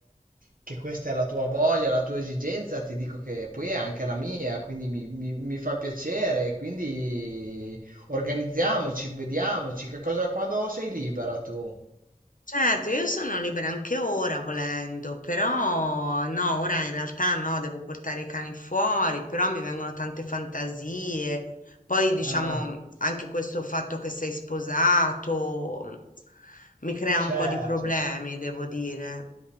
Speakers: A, on the right; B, on the left.
A: che questa è la tua voglia, la tua esigenza, ti dico che poi è anche la mia, quindi mi, mi- mi fa piacere, quindi organizziamoci, vediamoci, che cosa, quando sei libera tu?
B: Certo, io sono libera anche ora volendo, però no, ora in realtà no, devo portare i cani fuori, però mi vengono tante fantasie. Poi diciamo
A: Ah,
B: anche questo fatto che sei sposato mh, mi crea
A: certo,
B: un po' di problemi, devo dire.